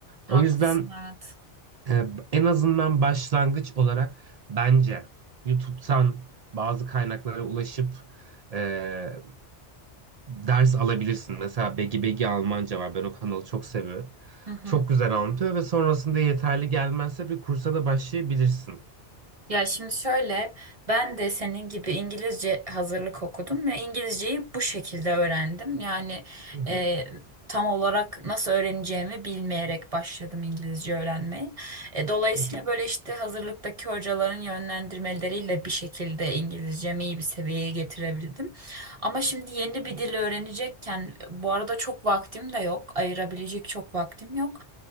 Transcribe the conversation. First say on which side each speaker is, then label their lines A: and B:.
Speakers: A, on the right (about 30°); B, on the right (about 55°).
A: Haklısın,
B: O yüzden
A: evet.
B: e, en azından başlangıç olarak bence YouTube'dan bazı kaynaklara ulaşıp e, ders alabilirsin. Mesela Begi Begi Almanca var. Ben o kanalı çok seviyorum.
A: Hı hı.
B: Çok güzel anlatıyor ve sonrasında yeterli gelmezse bir kursa da başlayabilirsin.
A: Ya şimdi şöyle, ben de senin gibi İngilizce hazırlık okudum ve İngilizceyi bu şekilde öğrendim. Yani
B: Hı hı,
A: e, tam olarak nasıl öğreneceğimi bilmeyerek başladım İngilizce öğrenmeye. E, dolayısıyla
B: hı hı,
A: böyle işte hazırlıktaki hocaların yönlendirmeleriyle bir şekilde İngilizcemi iyi bir seviyeye getirebildim. Ama şimdi yeni bir dil öğrenecekken bu arada çok vaktim de yok, ayırabilecek çok vaktim yok.